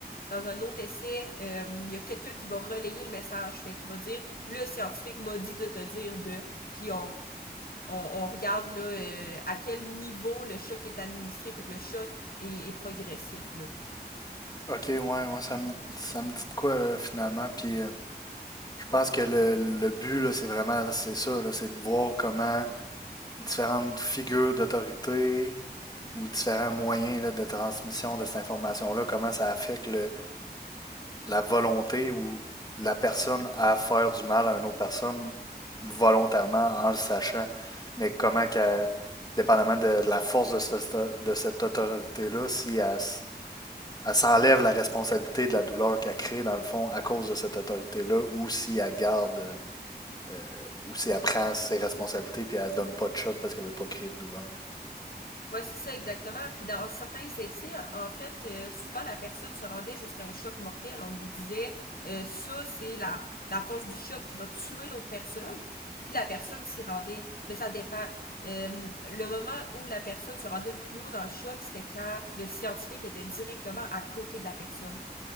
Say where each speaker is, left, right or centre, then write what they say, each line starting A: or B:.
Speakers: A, on the left (about 60°); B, on the left (about 20°).
A: dans un autre essai, euh, il y a quelqu'un qui va relayer le message, fait qu'il va dire le scientifique m'a dit de te dire de, puis on, on, on regarde là euh, à quel niveau le choc est administré, fait que le choc est, est progressif là.
B: Ok, ouais, ouais, ça me, ça me dit de quoi là, finalement, puis... euh, Je pense que le, le but, là, c'est vraiment, c'est ça, là, c'est de voir comment différentes figures d'autorité ou différents moyens là, de transmission de cette information-là, comment ça affecte le- la volonté ou la personne à faire du mal à une autre personne volontairement en le sachant, mais comment qu'elle, dépendamment de, de la force de, ce- de cette autorité-là, si elle, elle s'enlève la responsabilité de la douleur qu'elle crée dans le fond à cause de cette autorité-là ou si elle garde euh, euh, où c'est elle prend ses responsabilités puis elle donne pas de choc parce qu'elle veut pas créer de douleur.
A: Ouais, c'est ça exactement. Puis dans certains essais, en fait, euh, souvent la personne se rendait jusqu'à un choc mortel. On lui disait, euh, ça, c'est la, la force du choc qui va tuer l'autre personne. Puis la personne s'y rendait. Mais ça dépend. Euh, le moment où la personne se rendait le plus haut dans le choc, c'était quand le scientifique était directement à côté de la personne.